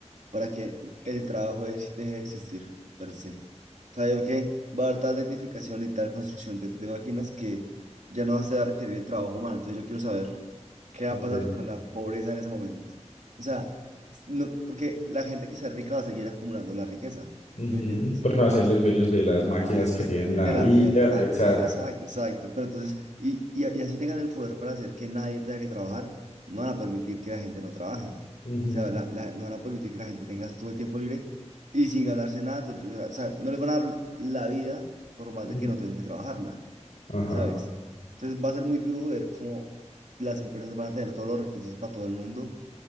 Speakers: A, on the right; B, on the left.
A: para que el trabajo ex- deje de existir per se. O sea, yo creo que va a haber tal tecnificación y tal construcción de, de máquinas que ya no se va a ser requerir el trabajo humano. Entonces yo quiero saber qué va
B: Okay.
A: a pasar con la pobreza en ese momento. O sea, no, porque la gente que sea rica va a seguir acumulando la riqueza,
B: Ujú,
A: ¿sí me entiendes?
B: Porque va a ser los dueños de las máquinas que tienen la
A: De las
B: IA,
A: dueñas de las máquinas,
B: exacto.
A: exacto, exacto. Pero entonces, y, y, y así tengan el poder para hacer que nadie tenga que trabajar, no van a permitir que la gente no trabaje. O
B: Ujú,
A: sea, la- la- no van a permitir que la gente tenga todo el tiempo libre y sin ganarse nada. entonces, pues, o sea, no les van a dar la vida por más
B: ujú.
A: de que no tengan que trabajarla,
B: Ajá.
A: ¿sabes? Entonces va a ser muy duro ver cómo las empresas van a tener todos los recursos para todo el mundo,